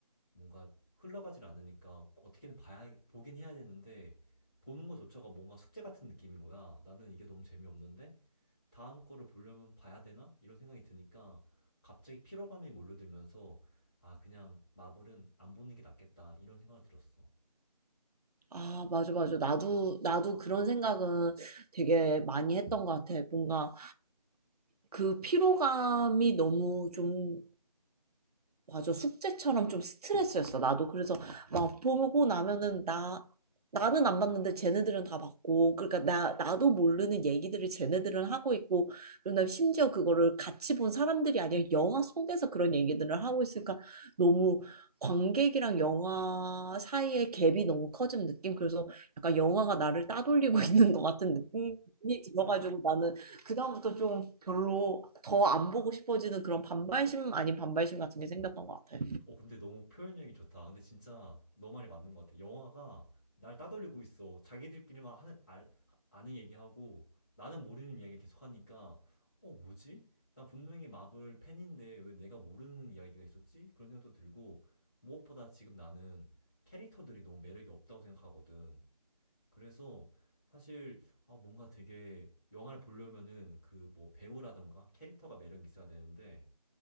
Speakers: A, on the left; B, on the right.
A: 뭔가 흘러가질 않으니까 어떻게든 봐야, 보긴 해야 되는데, 보는 것조차가 뭔가 숙제 같은 느낌인 거야. 나는 이게 너무 재미없는데, 다음 거를 보려면 봐야 되나? 이런 생각이 드니까, 갑자기 피로감이 몰려들면서, 아, 그냥 마블은 안 보는 게 낫겠다. 이런 생각을 들었어.
B: 아, 맞아, 맞아. 나도, 나도 그런 생각은 되게 많이 했던 것 같아. 뭔가 그 피로감이 너무 좀 맞아. 숙제처럼 좀 스트레스였어. 나도 그래서 막 보고 나면은 나 나는 안 봤는데 쟤네들은 다 봤고 그러니까 나 나도 모르는 얘기들을 쟤네들은 하고 있고 그다음에 심지어 그거를 같이 본 사람들이 아니라 영화 속에서 그런 얘기들을 하고 있으니까 너무 관객이랑 영화 사이의 갭이 너무 커진 느낌. 그래서 약간 영화가 나를 따돌리고 <laughs> 있는 것 같은 느낌이 들어가지고 그다음부터 좀 별로 더 안 보고 싶어지는 그런 반발심 아닌 반발심 같은 게 생겼던 것 같아.
A: 어, 근데 너무 표현력이 좋다. 근데 진짜 너 말이 맞는 것 같아. 영화가 날 따돌리고 있어. 자기들끼리만 하는, 알, 아는 얘기하고 나는 모르는 이야기 계속하니까 어, 뭐지? 나 분명히 마블 팬인데 왜 내가 모르는 이야기가 있었지? 그런 생각도 들고 무엇보다 지금 나는 캐릭터들이 너무 매력이 없다고 생각하거든. 그래서 사실 아, 뭔가 되게 영화를 보려면은 그 뭐 배우라던가 캐릭터가 매력이 있어야 되는데